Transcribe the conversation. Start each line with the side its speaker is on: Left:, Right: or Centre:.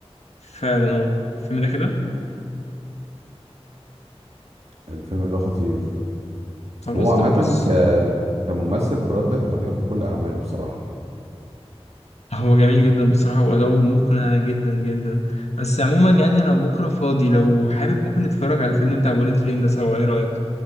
Left: فعلا اه الفيلم ده كده
Right: الفيلم ده خطير
Left: خلاص
Right: وهو عامه
Left: طب بص
Right: كم... كممثل براد بيت انا بحب كل اعماله بصراحه
Left: هو جميل جدا بصراحة وأداؤه مقنع جدا جدا بس عموما يعني أنا بكرة فاضي لو حابب ممكن نتفرج على الفيلم بتاع بوليت ترين ده سوا إيه رأيك؟